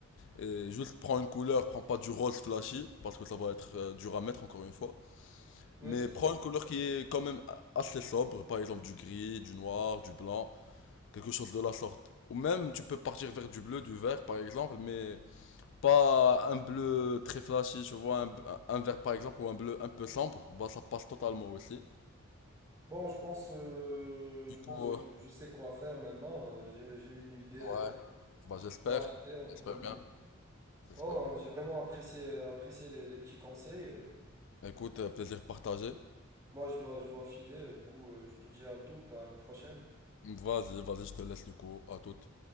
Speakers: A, on the left; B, on the right.
A: Et, et juste prends une couleur, prends pas du rose flashy, parce que ça va être euh, dur à mettre encore une fois.
B: ouais,
A: Mais
B: c'est
A: prends
B: pas faux.
A: une couleur qui est quand même a- assez sobre, par exemple du gris, du noir, du blanc, quelque chose de la sorte. Ou même, tu peux partir vers du bleu, du vert, par exemple, mais pas un bleu très flashy, tu vois, un, un vert par exemple, ou un bleu un peu sombre, bah ça passe totalement aussi.
B: Bon, je pense, euh,
A: Du
B: je pense
A: coup,
B: que
A: euh,
B: je sais quoi faire maintenant. Euh, J'ai, j'ai une idée euh,
A: ouais, bah
B: sur
A: j'espère,
B: quoi acheter en
A: j'espère
B: premier.
A: bien, j'espère
B: Bon,
A: bien.
B: j'ai vraiment apprécié, apprécié les les petits conseils. euh.
A: Écoute, euh, plaisir partagé.
B: Moi, je dois, je dois filer. Du coup, euh, je te dis à toute, à une prochaine.
A: Vas-y, vas-y, je te laisse du coup, à toute.